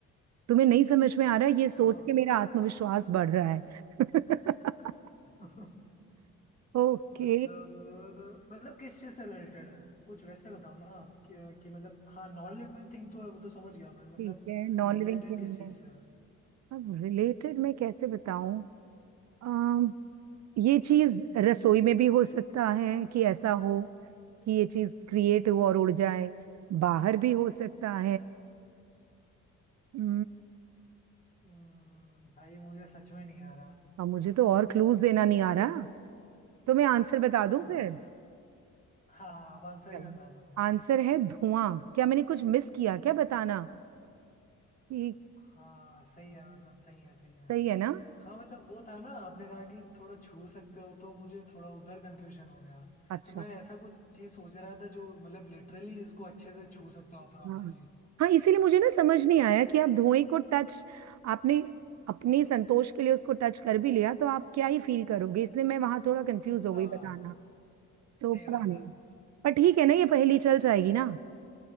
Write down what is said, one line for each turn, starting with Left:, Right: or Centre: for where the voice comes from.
Right: तुम्हें नहीं समझ में आ रहा है ये सोच
Left: हाँ
Right: के मेरा आत्मविश्वास बढ़ रहा है <laughs>
Left: <laughs>
Right: ओके
Left: मतलब अ, मतलब किस चीज से रिलेटेड है कुछ वैसे बताओ ना आप कि, कि मतलब हाँ नॉन लिविंग थिंग तो है वो तो समझ गया मैं मतलब
Right: ठीक है नॉन
Left: रिलेटेड
Right: लिविंग थिंग
Left: किस चीज
Right: है
Left: से है
Right: अब रिलेटेड मैं कैसे बताऊं अम, ये चीज रसोई में भी हो सकता है कि ऐसा हो कि ये चीज क्रिएट हो और उड़ जाए बाहर भी हो सकता है
Left: हम्म, भाई मुझे सच में नहीं आ रहा
Right: अब मुझे तो और क्लूज देना नहीं आ रहा तो मैं आंसर बता दूं
Left: <laughs>
Right: फिर
Left: हाँ आप आंसर
Right: चलो
Left: ही बता दो
Right: आंसर है धुआं क्या मैंने कुछ मिस किया क्या बताना कि
Left: हाँ सही है मतलब सही है सही है
Right: सही है ना
Left: हाँ मतलब वो था ना आपने कहा कि थोड़ा छू सकते हो तो मुझे थोड़ा उधर कंफ्यूजन हो गया
Right: अच्छा
Left: तो मैं ऐसा कुछ चीज सोच रहा था जो मतलब लिटरली इसको अच्छे से छू सकता हो प्रॉपरली
Right: हाँ हाँ इसीलिए मुझे ना समझ नहीं आया कि आप धुएं को टच आपने अपने संतोष के लिए उसको टच कर भी लिया तो आप क्या ही फील करोगे इसलिए मैं वहां थोड़ा कंफ्यूज
Left: हाँ
Right: हो गई बताना सो
Left: सही
Right: पता
Left: बात
Right: नहीं
Left: है
Right: पर ठीक है ना ये पहेली चल जाएगी ना